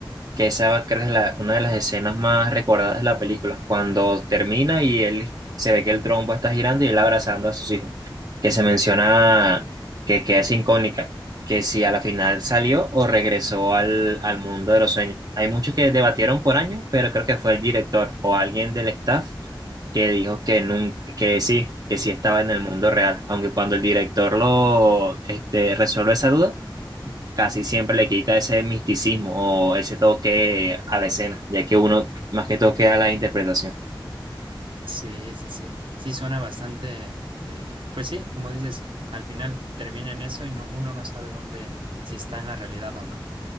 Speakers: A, on the right; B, on the right.
A: que esa creo que es la- una de las escenas más recordadas de la película, cuando termina y él se ve que el trompo está girando y él abrazando a sus hijos, que se menciona que, que es incógnita, que si a la final salió o regresó al, al mundo de los sueños. Hay muchos que debatieron por años, pero creo que fue el director o alguien del staff que dijo que nun- que sí, que sí estaba en el mundo real, aunque cuando el director lo este, resuelve esa duda
B: Ujú.
A: casi siempre le quita ese misticismo o ese toque a la escena, ya que uno más que toque a la interpretación.
B: Sí, sí, sí. Sí, suena bastante, eh, pues sí, como dices, al final termina en eso y no, uno no sabe dónde, si está en la realidad o no.